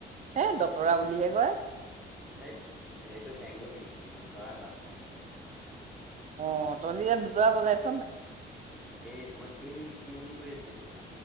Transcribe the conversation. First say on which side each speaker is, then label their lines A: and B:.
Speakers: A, on the right (about 40°); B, in the centre.
A: হে দতৰা বুলিহে কয়।
B: সেই সেইটো বেংগলী দুতৰা কয় অসমীয়াত।
A: অ' ত ইয়াত দুতৰা বুজাই
B: এই মই টিউন টিউন কৰি আছিলোঁ এতিয়া।